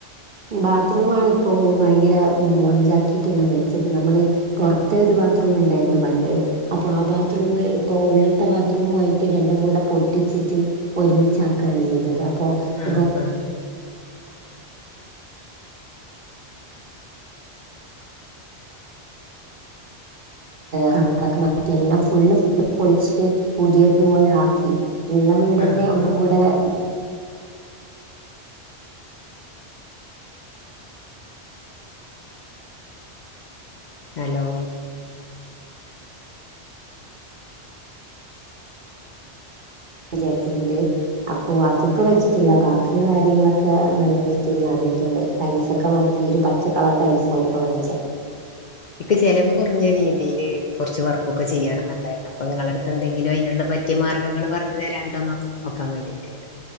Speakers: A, on the right; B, on the left.
A: ബാത്റൂ ആണിപ്പോൾ ഭയങ്കര മൊഞ്ചാക്കിയിട്ടെല്ലാം വെച്ചത് നമ്മള്- പൊറത്ത് ഒരു ബാത്റൂം ഉണ്ടായിരുന്നു പണ്ട് അപ്പൊ ആ ബാത്റൂം- ഇപ്പോൾ ഉള്ളത്തെ ബാത്റൂമുമായിട്ട് രണ്ടും കൂടെ പൊട്ടിച്ചിട്ട് ഒരുമിച്ചാക്കുകയാണ് ചെയ്തത് അപ്പോ
B: ആ
A: ഇപ്പോ
B: ആ
A: കറക്ക എല്ലാം <unintelligible> ഫും ഫും പൊളിച്ചിട്ട് പുതിയ ഇതുപോലെ ആക്കി ഇള്ള വീടെന്നെ
B: ആ ആ
A: ഒന്നും
B: ആ
A: കൂടെ ഉം
B: ഹെലോ
A: വിചാരിക്ക്ന്ന്ണ്ട് അപ്പൊ അതിപ്പോ
B: ആ
A: വെച്ചി ചില ബാക്കിയുള്ള കാര്യങ്ങളൊക്കെ നല്ല വൃത്തിയിൽ നടന്ന്ട്ട്ണ്ട് ടൈൽസ്ക്കെ മാറ്റി ഒരു പച്ച കളറ് ടൈൽസ് പണിപ്പാെ വെജ്ജ
B: ഇക്ക് ചെലവ് കാെറഞ്ഞ രീതിയില് കാെറച്ച് വർക്കൊക്കെ ചെയ്യണംന്ന് ഇണ്ടായിരുന്നു അപ്പ ഇങ്ങളെട് ഇപ്പ എന്തെങ്കിലും ഐന്ള്ള പറ്റിയ മാർഗങ്ങള് പർഞ്ഞ് തെരാണ്ടൊന്ന് നോക്ക് നോക്കാൻ വേണ്ടീട്ടേര്ന്ന്